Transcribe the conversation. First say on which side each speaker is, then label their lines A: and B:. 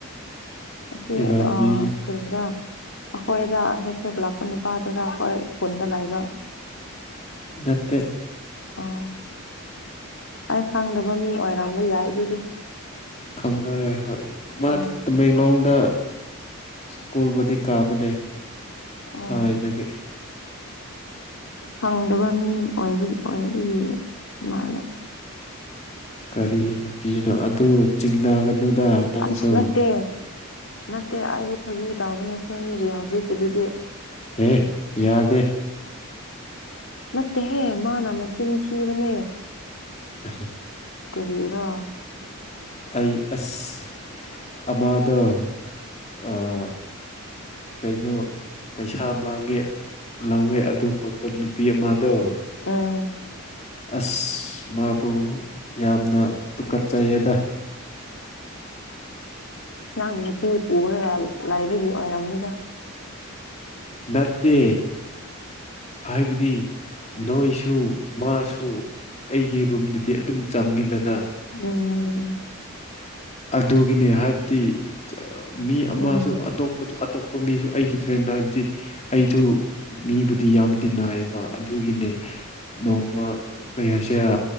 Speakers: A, on the left; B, on the left.
A: ꯑꯁꯤ
B: ꯏꯕꯥꯅꯤ
A: ꯑꯥ ꯑꯗꯨꯗꯨꯅ ꯑꯩꯈꯣꯏꯗ ꯍꯦꯛ ꯍꯦꯛ ꯂꯥꯛꯄ ꯅꯨꯄꯥꯗꯨꯅ ꯑꯩꯈꯣꯏ ꯄꯨꯟꯗ ꯂꯩꯕ
B: ꯅꯠꯇꯦ
A: ꯑꯣ ꯑꯩ ꯈꯪꯗꯕ ꯃꯤ ꯑꯣꯏꯔꯝꯕ ꯌꯥꯏ ꯑꯗꯨꯗꯤ
B: ꯈꯪꯅ ꯔꯦ ꯍꯣꯏ ꯃꯥꯗꯤ
A: ꯎꯝ
B: ꯇꯃꯦꯡ ꯈꯂꯣꯡꯗ ꯁ꯭ꯀꯨꯜꯕꯨꯗꯤ ꯀꯥꯕꯅꯦ
A: ꯑꯣ
B: ꯊꯥꯏꯅꯒꯤ
A: ꯈꯪꯗꯕ ꯃꯤ ꯑꯣꯏꯕꯒꯤ ꯑꯣꯏꯕꯒꯤ ꯃꯥꯜꯂꯦ <inaudible>
B: ꯀꯔꯤ ꯅꯨꯄꯤꯔ ꯑꯗꯨ ꯆꯤꯡꯅꯒꯅꯨꯗ ꯅꯪꯁꯨ
A: ꯑꯁ ꯅꯠꯇꯦ ꯅꯠꯇꯦ ꯑꯩ ꯐꯒꯤ ꯇꯥꯎꯕꯅꯦ ꯑꯁꯦꯡꯕꯒꯤ ꯍꯧꯖꯤꯛꯀꯤꯗꯨꯗꯤ
B: ꯑꯦ ꯌꯥꯗꯦ
A: ꯅꯠꯇꯦꯍꯦ ꯃꯥꯅ ꯃꯆꯤꯟ ꯊꯤꯕꯅꯦ
B: <inaudible>
A: ꯀꯔꯤꯔꯥ
B: ꯑꯩ ꯑꯁ
A: <inaudible>
B: ꯃꯥꯗꯣ ꯑ ꯀꯩꯅꯣ ꯄꯩꯁꯥ ꯃꯥꯡꯉꯦ ꯂꯧꯋꯦ ꯑꯗꯨ ꯈꯣꯠꯄ ꯅꯨꯄꯤ ꯑꯃꯗꯣ
A: ꯎꯝ
B: ꯑꯁ ꯃꯥꯕꯨ ꯌꯥꯝꯅ ꯇꯨꯀꯠꯆꯩꯌꯦꯗ
A: ꯅꯪꯒꯤ ꯅꯨꯄꯤ ꯄꯨꯔꯒ ꯂꯥꯏꯕꯒꯤ ꯑꯣꯏꯔꯝꯅꯤꯗ
B: ꯅꯠꯇꯦ ꯍꯥꯏꯕꯗꯤ ꯅꯣꯏꯁꯨ ꯃꯥꯁꯨ ꯑꯩꯒꯤ ꯔꯨꯝꯗꯗꯤ ꯑꯗꯨꯝ ꯆꯪꯉꯤꯗꯅ
A: ꯑꯣ
B: ꯑꯗꯨꯒꯤꯅꯦ ꯍꯥꯏꯕꯗꯤ ꯃꯤ ꯑꯃꯁꯨ
A: ꯎꯝ
B: ꯑꯇꯣꯞꯄꯁꯨ ꯄꯣꯠ ꯃꯤꯁꯨ ꯑꯩꯒꯤ ꯐ꯭ꯔꯦꯟꯗ ꯍꯥꯏꯕꯁꯤ ꯑꯩꯁꯨ ꯃꯤꯕꯨꯗꯤ ꯌꯥꯝ ꯇꯤꯟꯅꯩꯌꯦꯕ ꯑꯗꯨꯒꯤꯅꯦ ꯅꯣꯡꯃ ꯀꯩ ꯍꯥꯏꯁꯦꯔ